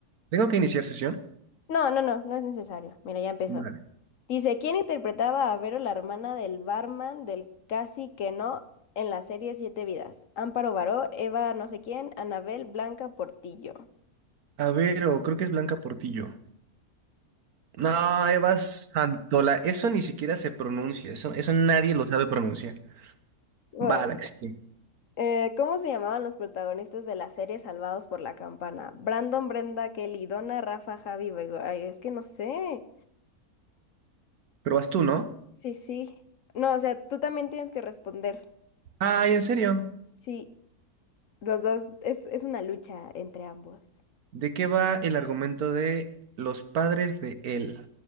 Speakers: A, on the right (about 75°); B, on the left (about 60°).
A: ¿Tengo que iniciar sesión?
B: No, no, no, no es necesario. Mira, ya empezó.
A: Vale.
B: Dice, ¿quién interpretaba a Vero, la hermana del barman del Casi que no en la serie Siete Vidas? Amparo Baró, Eva no sé quién, Anabel Blanca Portillo.
A: A ver, o creo que es Blanca Portillo. No, Eva Santola, eso ni siquiera se pronuncia, eso, eso nadie lo sabe pronunciar.
B: Bueno,
A: Va, la que sigue.
B: eh, ¿cómo se llamaban los protagonistas de la serie Salvados por la Campana? Brandon, Brenda, Kelly, Donna, Rafa, Javi, Bego. Ay, es que no sé.
A: Pero vas tú, ¿no?
B: Sí, sí. No, o sea, tú también tienes que responder.
A: Ay, ¿en serio?
B: Sí, los dos, es, es una lucha entre ambos.
A: ¿De qué va el argumento de Los padres de él?